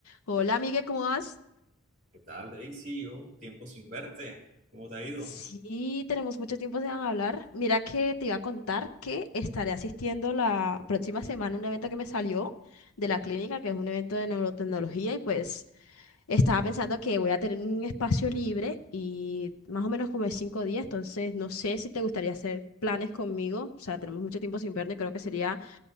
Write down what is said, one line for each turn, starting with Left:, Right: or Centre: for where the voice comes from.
Left: Hola, amiga, ¿cómo vas?
Right: ¿Qué tal, Daisy? Oh, tiempo sin verte. ¿Cómo te ha ido?
Left: Sí, tenemos mucho tiempo sin hablar. Mira que te iba a contar que estaré asistiendo la próxima semana a un evento que me salió de la clínica, que es un evento de neurotecnología, y pues estaba pensando que voy a tener un espacio libre y más o menos como de cinco días, entonces no sé si te gustaría hacer planes conmigo. O sea, tenemos mucho tiempo sin vernos y creo que sería